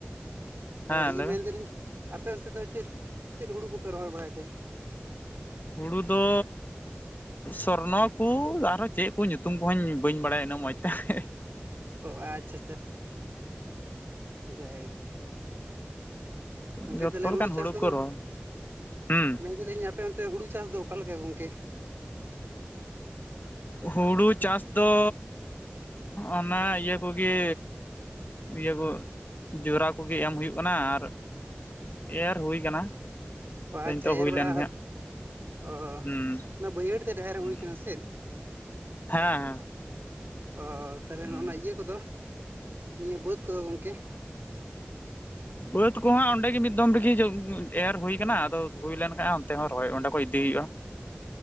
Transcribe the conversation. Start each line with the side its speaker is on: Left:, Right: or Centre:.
Left: ᱦᱮᱸ
Right: ᱤᱭᱟᱹ
Left: ᱞᱟᱹᱭ
Right: ᱢᱮᱱᱫᱟᱞᱤᱧᱼᱼ
Left: ᱢᱮ
Right: ᱟᱯᱮ ᱚᱱᱛᱮ ᱫᱚ ᱪᱮᱫ ᱪᱮᱫ ᱦᱩᱲᱩ ᱠᱚᱯᱮ ᱨᱚᱦᱚᱭ ᱵᱟᱲᱟᱭ ᱛᱮ?
Left: ᱦᱩᱲᱩ ᱫᱚᱼᱼ ᱥᱚᱨᱱᱚ ᱠᱩ ᱟᱨᱦᱚᱸ ᱪᱮᱫ ᱠᱚ ᱧᱩᱛᱩᱢ ᱠᱚᱦᱚᱧ ᱵᱟᱹᱧ ᱵᱟᱲᱟᱭᱟ ᱤᱱᱟᱹᱜ ᱢᱚᱸᱡᱽ ᱛᱮ᱾ ᱦᱟᱸ
Right: ᱚ ᱟᱪᱪᱷᱟ ᱡᱟᱭ
Left: <unintelligible>
Right: ᱜᱚᱝᱠᱮ ᱛᱟᱦᱞᱮ
Left: ᱞᱮᱠᱟᱱ
Right: ᱦᱩᱲᱩ ᱪᱟᱥ ᱠᱚᱫᱚ
Left: ᱠᱚ ᱨᱚᱦᱚᱭ ᱦᱩᱸ
Right: ᱢᱮᱱᱫᱟᱞᱤᱧ ᱟᱯᱮ ᱚᱱᱛᱮ ᱦᱩᱲᱩ ᱪᱟᱥ ᱫᱚ ᱚᱠᱟᱞᱮ ᱞᱮᱠᱟ ᱜᱚᱝᱠᱮ?
Left: ᱦᱩᱲᱩ ᱪᱟᱥ ᱫᱚ ᱚᱱᱟ ᱤᱭᱟᱹ ᱠᱚᱜᱮᱼᱼ ᱤᱭᱟᱹ ᱠᱚ ᱡᱚᱨᱟ ᱠᱚᱜᱮ ᱮᱢ ᱦᱩᱭᱩᱜ ᱠᱟᱱᱟ ᱟᱨᱼᱼ ᱮᱨ ᱦᱩᱭ ᱠᱟᱱᱟ᱾
Right: ᱚ ᱟᱪᱪᱷᱟ
Left: ᱱᱤᱛᱚᱜ
Right: ᱮᱨ
Left: ᱦᱩᱭ
Right: ᱵᱟᱲᱟ
Left: ᱞᱮᱱ ᱜᱮ
Right: ᱚ
Left: ᱦᱟᱸᱜ
Right: ᱚᱱᱟ ᱵᱟᱹᱭᱦᱟᱹᱲ ᱛᱮᱫ ᱮᱨ
Left: ᱦᱩᱸ
Right: ᱦᱩᱭ ᱠᱟᱱᱟ ᱥᱮᱫ
Left: ᱦᱮᱸ
Right: ᱚ ᱛᱟᱦᱞᱮ
Left: ᱦᱮᱸ
Right: ᱱᱚᱜᱚ ᱱᱟ ᱤᱭᱟᱹ ᱠᱚᱫᱚ ᱱᱤᱭᱟᱹ ᱵᱟᱹᱫ ᱠᱚᱫᱚ ᱜᱚᱝᱠᱮ <inaudible>
Left: ᱵᱟᱹᱫᱽ ᱠᱚᱦᱟᱜ ᱚᱸᱰᱮ ᱜᱮ ᱢᱤᱫ ᱫᱚᱢ ᱨᱮᱜᱤ ᱮᱨ ᱦᱩᱭ ᱠᱟᱱᱟ ᱟᱫᱚ ᱦᱩᱭ ᱞᱮᱱ ᱠᱷᱟᱡ ᱚᱱᱛᱮ ᱦᱚᱸ ᱨᱚᱦᱚᱭ ᱚᱸᱰᱮ ᱠᱷᱚᱭ ᱤᱫᱤ ᱦᱩᱭᱩᱜ-ᱟ᱾